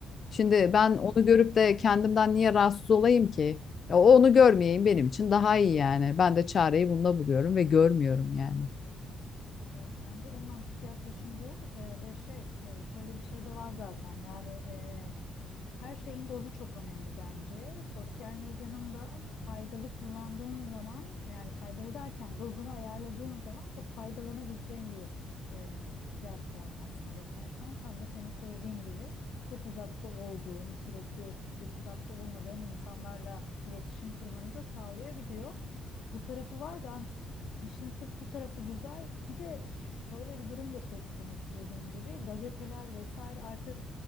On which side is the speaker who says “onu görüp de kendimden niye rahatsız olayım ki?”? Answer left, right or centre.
Left